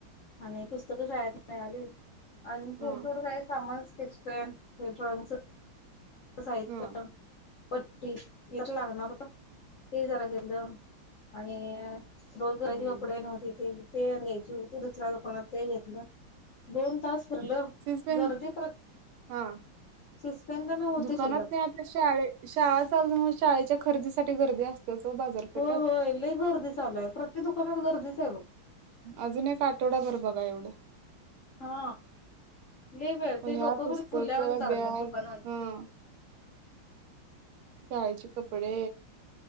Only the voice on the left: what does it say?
आणि पुस्तक शाळेत मिळाली. आणि थोडंथोडं
काय सामान <unintelligible> साहित्य
पट्टी यार लागणार का ते जरा गेलं. आणि रोजगयचे
कपडे नव्हते ते. ते घ्यायची होती दुसऱ्या दुकानात ते घेतलं दोन तास लो
गरदीे प्र
<unintelligible>
शिल्लक
होय होय लई गर्दी चालू आहे प्रत्येक दुकानात गर्दीच आहे बघ
हा. ल वे
ते लोकं
पण खुल्यावर <unintelligible>
रला दुकान वा